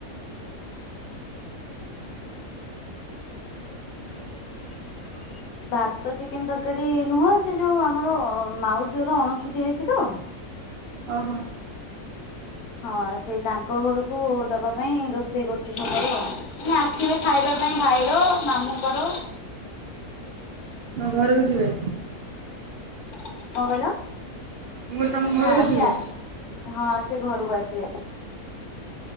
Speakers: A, on the right; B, on the left.
A: <inaudible>
B: ଭାତ ଚିକେନ ତରକାରୀ ନୁହଁ ସେ ଯୋଉ ଆମର ମାଉସୀର ଅଣୁସୁଧିଆ ହେଇଛି ତ।
A: ଓହୋ।
B: ହଁ ସେ ତାଙ୍କ ଘରକୁ ଦବା ପାଇଁ ରୋଷେଇ କରୁଛି ସକାଳେ ଆଉ। ଆସିବେ ଖାଇବା ପାଇଁ ଭାଇର ମାମୁଁଙ୍କର।
A: ହଁ ଘରକୁ ଯିବେ।
B: କଣ କହିଲ
A: ମୁଁ କହିଲି ତମ ଘରକୁ
B: ନା
A: ଯିବେ?
B: ସେ। ହଁ ସେ ଘରକୁ ଆସିବେ।